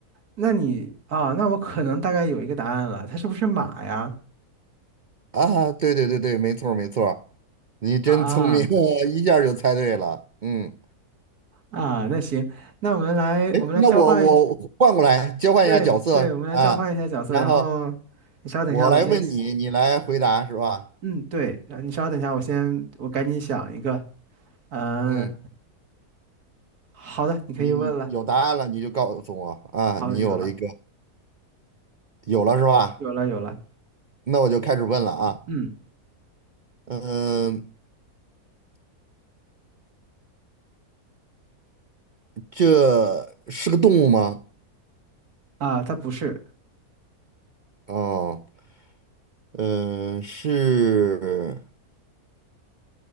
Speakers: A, on the right (about 80°); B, on the right (about 60°).
A: 那你啊，那我可能大概有一个答案了，它是不是马呀？
B: 啊，对对对对，没错儿没错儿，你真聪明啊，
A: 啊
B: <laughs> 一下儿就猜对了。嗯，
A: 啊，那行，那我们来我们来交换一下，
B: 哎，那我我换过来交换一下角色啊，
A: 对对，我们来交换一下角色，
B: 然后
A: 然后你稍等一下，
B: 我来问你，
A: 我先，
B: 你来回答是吧？
A: 嗯，对，然后你稍等一下，我先我赶紧想一个，嗯，
B: 嗯，
A: 好的，你可以问了，
B: 你有答案了你就告诉我啊，
A: 好，
B: 你有了一个，
A: 有了
B: 有了是吧？
A: 有了有了。
B: 那我就开始问了啊。
A: 嗯
B: 嗯，这是个动物吗？
A: 啊，它不是，
B: 哦，嗯，是